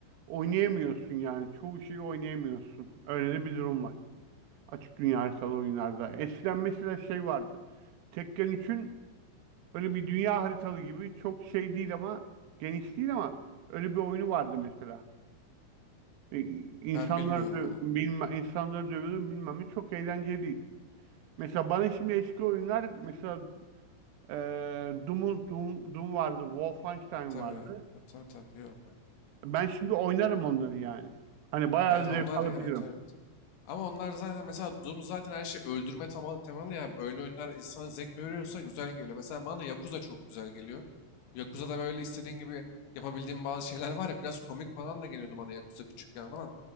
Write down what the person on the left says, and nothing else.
Ben bilmiyorum
onu.
Tabii
tabii tabii, tabii biliyorum ben.
Evet onlar
evet evet. Ama onlar zaten mesela Doom zaten her şey öldürme tama- temalı ya. Böyle oyunlar insana zevk veriyorsa güzel geliyor. Mesela bana da Yakuza çok güzel geliyor. Yakuza'da böyle istediğin gibi yapabildiğim bazı şeyler var ya biraz komik falan da geliyordu bana Yakuza küçükken falan.